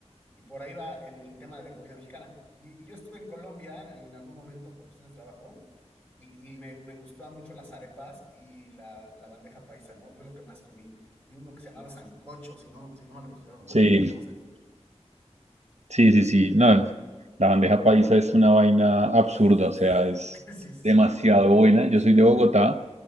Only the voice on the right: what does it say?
sí,
sí, sí,
sí. No, la bandeja paisa es una vaina
absurda,
o sea, es
demasiado
buena. Yo
soy
de Bogotá.